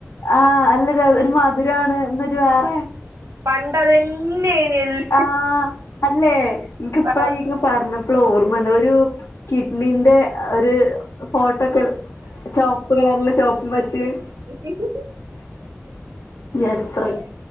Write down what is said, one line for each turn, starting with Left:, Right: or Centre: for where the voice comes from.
Left: ആഹ്, നല്ല ഒരു മധുരാണ്. ഇന്നൊരു വേറെ
Right: പണ്ടതന്നയിനിയല്ല
Left: ആഹ, അല്ലേ? നിക്ക് ഇപ്പള
Right: ആഹ്
Left: പറഞ്ഞപ്പോൾ ഓർമ്മല്ല ഒരു കിഡ്നിീന്റെ ഒരു ഫോട്ടോ ഒക്കെ ചുവപ്പ് കളറില ചുവപ്പും പച്ചിം
Right: <unintelligible>
Left: എത്ര